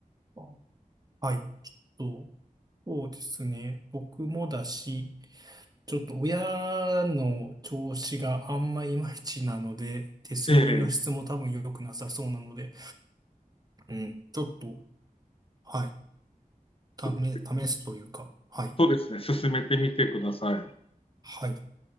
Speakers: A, on the right (about 25°); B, on the left (about 40°).
A: ーはい。ちょっと、そうですね。僕もだし、ちょっと親の調子があんまいまいちなので、で、睡眠の質も多分良くなさそうなので、
B: ええ、
A: うん、ちょっと、はい、試、
B: ちょっ
A: 試すというか、はい、
B: とですね、進めてみてください。
A: はい、